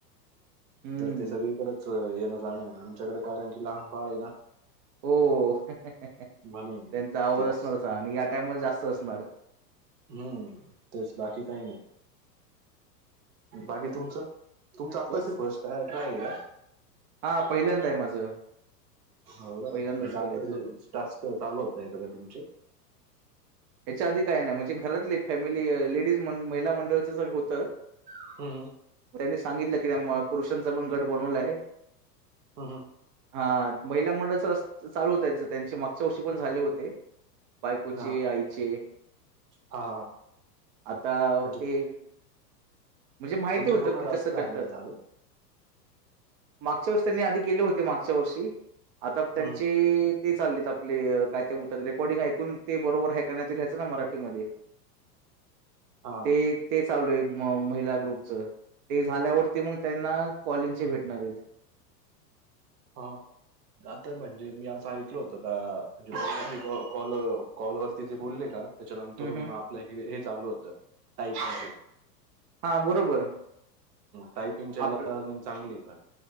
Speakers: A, on the right; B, on the right.
A: हं.
B: तर ते सगळीकडेच येणं जाणं आमच्याकडे कारण की लहान बाळ आहे ना.
A: हो <unintelligible> त्यांचा
B: म्हणून
A: आवाज
B: तेच
A: असणारच आणि या टाईम ला जास्त असणार.
B: हम्म तेच बाकी काही नाही. बाकी तुमचं. तुमचं आत्ताच
A: बस.
B: फर्स्ट ट्रायल आहे
A: हां, पहिल्यांदा
B: <unintelligible>
A: आहे माझं.
B: हो ना
A: पहिल्यांदाच
B: म्हंजे आता
A: केलंय.
B: हे
A: तो
B: टास्क चालू होता येतो का तुमचे.
A: हेच्या आधी काही नाही म्हणजे घरातले फॅमिली लेडीज मन महिला मंडळ. <unintelligible> होत
B: हम्म हम्म
A: <unintelligible> सांगितलं की म त्या पुरुषांचा पण गट बनवलाय.
B: हम हम.
A: हा महिला मंडळाच चालू होत त्यांचं त्यांचे मागच्या वर्षी पण झाले होते. बायकोची
B: हा
A: आई. <unintelligible>
B: हा हा
A: आता
B: म्हणजे
A: ते. म्हणजे माहिती
B: त्यांचे
A: होत
B: पूर्ण
A: की
B: टास्क
A: कस
B: झाले
A: करतात
B: का चालू?
A: मागच्या वर्षी त्यांनी अधिक. गले होते मागच्या वर्षी आता त्यांचे.
B: हम्म
A: ते चाललेत आपले कायत रेकॉर्डिंग ऐकून ते बरोबर है - <unintelligible> मराठी मध्ये <inaudible>
B: हा
A: ते ते चालुय <unintelligible> - महिला ग्रुप च ते झाल्या वरती मग त्यांना कॉलिंगच भेटनारायत
B: हा. आता म्हणजे मी असं ऐकल होतं का म्हणजे मी कॉल कॉलवरर ति जे बोलले ना. त्याच्यानंतरून
A: हं हं
B: मग आपलं हे हे चालू होतं टाईप जे.
A: हा बरोबर.
B: टायपिंगच्या याला
A: आपल
B: अर्निंग चांगली आहे पण